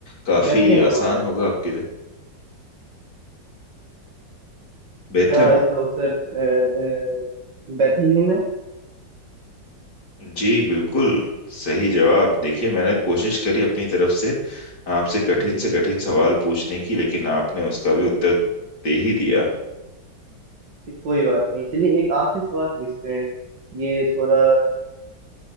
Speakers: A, on the left (about 60°); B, on the right (about 65°).
A: काफी
B: बेथलेहम
A: आसान
B: होगा
A: होगा आपके लिए बेथम
B: क्या इसका उत्तर अ, अ, बेथलेहम है
A: जी बिल्कुल सही जवाब देखिए मैंने कोशिश करी अपनी तरफ से आपसे कठिन
B: जी जी
A: से कठिन सवाल पूछने की लेकिन आपने उसका भी उत्तर दे ही दिया
B: कोई बात नहीं चलिए एक आखिरी सवाल पूछते हैं ये थोड़ा